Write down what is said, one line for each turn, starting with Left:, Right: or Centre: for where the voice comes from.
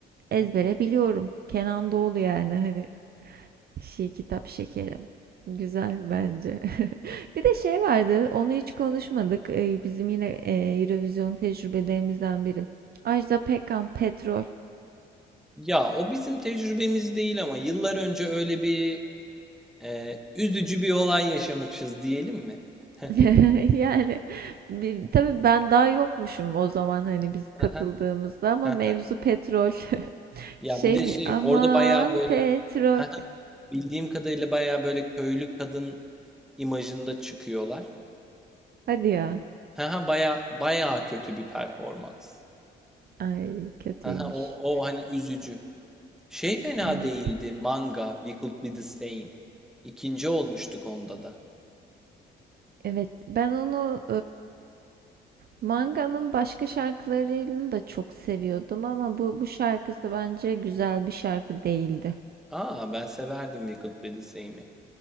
Right: ezbere biliyorum. Kenan Doğulu yani hani Şi kitap şekerim. Güzel bence. <laughs> Bir de şey vardı, onu hiç konuşmadık. Ee, bizim yine e, Eurovision tecrübelerimizden biri. Ajda Pekkan Petrol.
Centre: Ya o bizim tecrübemiz değil ama yıllar önce öyle bir e, üzücü bir olay yaşamışız diyelim mi? <laughs>
Right: <laughs> Yani bir, tabii ben daha yokmuşum o zaman hani biz katıldığımızda
Centre: Aha,
Right: ama
Centre: aha.
Right: mevzu petrol. <laughs>
Centre: Ya
Right: Şey
Centre: bir de
Right: mi?
Centre: şey
Right: Aman
Centre: orada bayağı böyle
Right: petrol.
Centre: <laughs> Aha, bildiğim kadarıyla bayağı böyle köylü kadın imajında çıkıyorlar.
Right: Hadi ya.
Centre: Haha baya baya kötü bir performans.
Right: Ay kötüymüş.
Centre: Haha o o hani üzücü. Şey fena
Right: Evet.
Centre: değildi. Manga We Could Be The Same. İkinci olmuştuk onda da.
Right: Evet. Ben onu Manga'nın başka şarkılarını da çok seviyordum ama bu bu şarkısı bence güzel bir şarkı değildi.
Centre: Aa ben severdim We Could Be The Same'i.